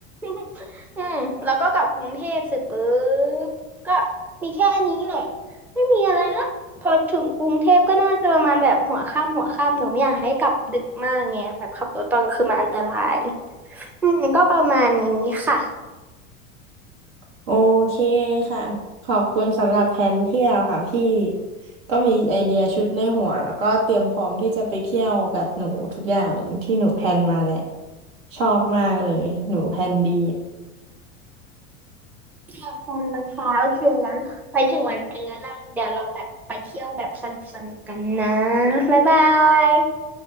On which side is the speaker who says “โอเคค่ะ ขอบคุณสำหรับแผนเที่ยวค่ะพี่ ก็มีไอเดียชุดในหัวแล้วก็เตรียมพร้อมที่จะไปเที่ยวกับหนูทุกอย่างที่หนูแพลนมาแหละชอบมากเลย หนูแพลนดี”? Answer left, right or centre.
Right